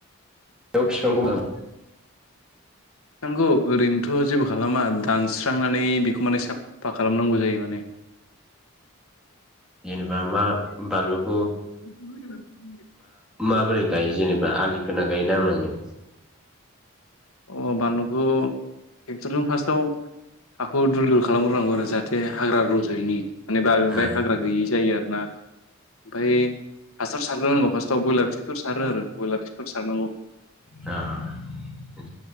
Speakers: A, in the centre; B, on the left.
A: <unintelligible>
B: नंगौ ओरैनोथ जेबो खालामा दानस सुस्रांनानै बेखौ माने साफा खालामनांगौ जायो माने।
A: जेनेबा मा बानलु
B: <inaudible>
A: माबोरै गायो जेनेबा आलि खोना गायो ना मायो?
B: अ बानलुखौ ट्रेक्टरजों फार्स्टआव हाखौ दुल दुल खालामग्रोनांगौ आरो जाहाथे हाग्रा रज'यैनि मानेबा ओफ्राय
A: ओ
B: हाग्रा गैयै जायो आरो ना ओमफ्राय हासार सा सारग्रोनांगौ फार्स्टआव ब्रयलार खिफोर सारो आरो ब्रयलार फिफोर सारनांगौ।
A: दा